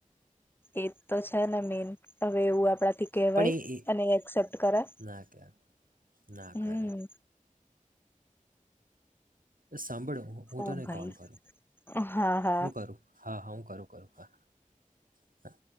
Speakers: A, on the left; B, on the right.
A: એ તો છે ને મેન હવે એવું આપડા કહેવાય
B: પણ એ એ
A: અને એક્સેપ્ટ કરાય
B: ના કે ના
A: હમ
B: કરે અ સાંભળો હું
A: ઓ
B: તને
A: ભાઈ
B: કોલ કરું
A: હા હા
B: હું કરું હા હા હું કરું કરું હા હા